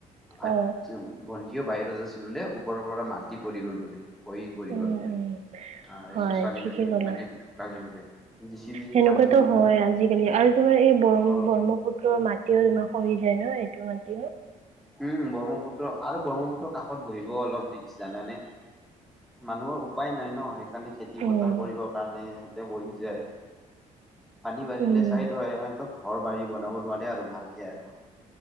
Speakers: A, in the centre; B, on the right.
A: আচ
B: অ
A: ভণ্টি কিয় বাহিৰত আছিল বোলে, ওপৰৰ পৰা মাটি পৰি গ'ল বোলে খহি পৰি
B: উম
A: গ'ল বোলে।
B: উম
A: অহ
B: হয়
A: ছোৱালীজনী
B: ঠিকেই ক'লা
A: মানে ঢুকালে বোলে, জেচি বি
B: সেনেকুৱাতো
A: খান্দি ওলালে
B: হয় আজিকালি, আৰু তোমাৰ এই ব্ৰ
A: অ
B: ব্ৰহ্মপুত্ৰৰ মাটিও তোমাৰ খহি যায় ন, এইটো মাটিও।
A: উম, ব্ৰহ্মপুত্ৰ আৰু ব্ৰহ্মপুত্ৰ কাষত বহিবও অলপ ৰিক্স জানানে? মানুহৰ উপায় নাই ন সেই সেইকাৰণে খেতি
B: উম
A: পথাৰ কৰিবৰ কাৰণে সিহঁতে বহি যায়। পানী বাহিলে
B: উম
A: চাইড হয় <unintelligible> ঘৰ বাৰী বনাব নোৱাৰে আৰু ভালকে আৰু,